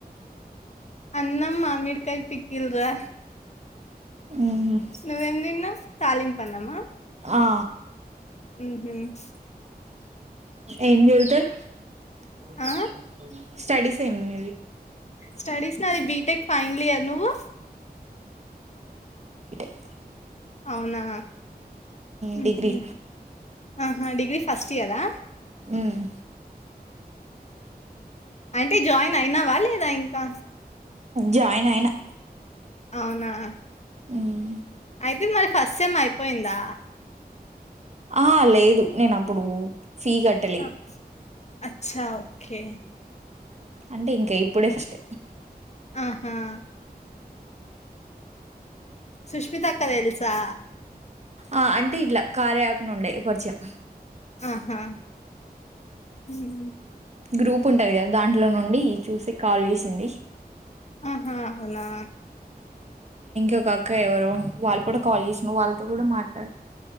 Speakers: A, on the left; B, on the right.
A: అన్నం మామిడికాయ పికిల్రా
B: మ్మ్
A: నువ్వు ఏం తిన్నావ్ తాలింపు అన్నమా
B: ఆ
A: అమ్
B: ఏం గ స్డ <unintelligible>
A: ఆ
B: తిన్నది
A: స్టడీస్ నా అది బీటెక్ ఫైనల్ ఇయర్ నువ్వు
B: అ
A: అవునా
B: డిగ్ర్రి
A: ఉహు ఆహా డిగ్రీ ఫస్ట్ ఇయరా
B: హ్మ్మ్
A: అంటే జాయిన్ అయినావా లేదా ఇంకా
B: జాయిన్ అయినా
A: అవునా
B: మ్మ్
A: అయితే మరి ఫస్ట్ సెమ్ము అయిపోయిందా
B: ఆ లేదు నేను అప్పుడు ఫీ కట్టలేదు
A: ఆ అచ్చా ఓకే
B: అంటే ఇంకా ఇప్పుడే ఫస్ట్
A: ఆహాహా సుష్మిత అక్కద తెల్సా
B: ఆ అంటే ఇట్లా కారయాప్ నుండే పరిచయం
A: ఆహా హ్మ్.
B: గ్రూప్ ఉంటది కదా దాంట్లో నుండి చూసి కాల్ చేసింది
A: ఆహా అవునా
B: ఇో కాక్క ఎవరు వాళ్ళు కూడా కాల్ చేసిన వాళ్ళతో కూడా మాట్లాడ